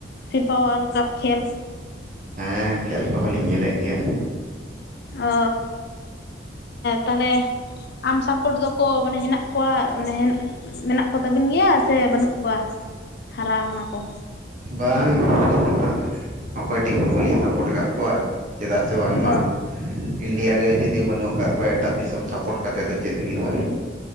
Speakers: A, on the left (about 60°); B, on the right (about 45°).
A: ᱯᱷᱤᱯᱟ ᱚᱞᱰ ᱠᱟᱯ ᱠᱷᱮᱞ?
B: ᱦᱮᱸ ᱠᱷᱮᱞ ᱠᱚᱦᱚᱸ ᱞᱤᱧ ᱧᱮᱞᱮᱫ ᱜᱮᱭᱟ
A: ᱚ ᱛᱟᱞᱦᱮ ᱞᱮ ᱟᱢ ᱥᱟᱯᱳᱴ ᱫᱚᱠᱚ ᱢᱟᱱᱮ ᱦᱮᱱᱟᱜ ᱠᱚᱣᱟ, ᱢᱟᱱᱮ ᱦᱮᱱᱟᱜ, ᱢᱮᱱᱟᱜ ᱠᱚ ᱛᱟᱵᱤᱱ ᱜᱮᱭᱟ ᱥᱮ ᱵᱟᱹᱱᱩᱜ ᱠᱚᱼᱼ ᱣᱟᱜ ᱦᱟᱨᱟ ᱠᱟᱱᱟ ᱠᱚ ᱾
B: ᱵᱟᱝ ᱵᱟᱝ ᱟᱹᱞᱤᱧ ᱫᱚ ᱦᱟᱸᱜ ᱚᱠᱚᱭ, ᱴᱤᱢ ᱦᱚᱸ ᱵᱟᱹᱞᱤᱧ ᱥᱟᱯᱳᱚᱴ ᱠᱟᱜ ᱠᱚᱣᱟ᱾ ᱪᱮᱫᱟᱜ ᱥᱮ ᱵᱟᱝᱢᱟ
A: ᱚ
B: ᱤᱱᱰᱤᱭᱟ ᱜᱮ ᱡᱩᱫᱤ ᱵᱚᱱ ᱱᱚᱝᱟᱼᱼ ᱮᱴᱟᱜ ᱫᱤᱥᱚᱢ ᱥᱟᱯᱚᱴ ᱠᱟᱛᱮᱫ ᱫᱚ ᱪᱮᱫ ᱦᱩᱭᱩᱜᱼᱟ᱾